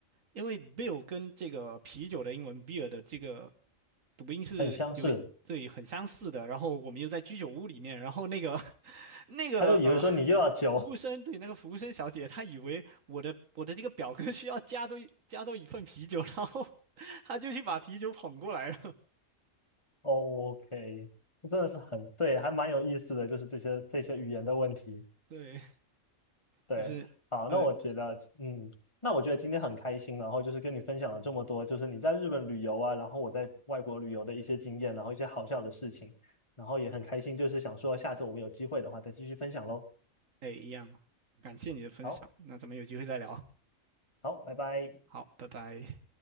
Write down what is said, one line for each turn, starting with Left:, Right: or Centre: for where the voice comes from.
Right: 因为 beer 跟这个啤酒的英文 beer 的这个读音是有对很相似的，
Left: 很相似。
Right: 然后我们又在居酒屋里面，然后那个 <laughs> 那个呃
Left: 他就以为说你又要酒
Right: 服务生对那个服务生小姐，她以为我的我的这个表哥需要加多一加多一份啤酒，然后 <laughs> 她就去把啤酒捧过来了。
Left: 哦，OK，这真的是很对，还蛮有意思的，就是这些这些语言的问题。
Right: <laughs> 对，
Left: 对，
Right: 就是呃
Left: 好，那我觉得，嗯，那我觉得今天很开心，然后就是跟你分享了这么多，就是你在日本旅游啊，然后我在外国旅游的一些经验，然后一些好笑的事情，然后也很开心，就是想说下次我们有机会的话再继续分享喽。
Right: 哎一样，感谢你的分享，
Left: 好，
Right: 那咱们有机会再聊，
Left: 好，拜拜。
Right: 好，拜拜。